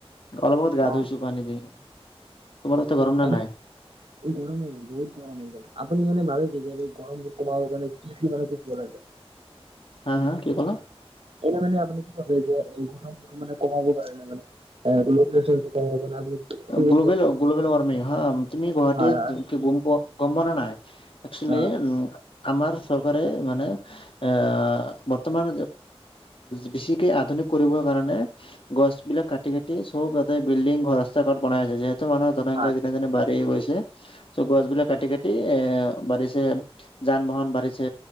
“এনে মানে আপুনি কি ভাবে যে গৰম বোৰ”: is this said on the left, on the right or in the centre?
Right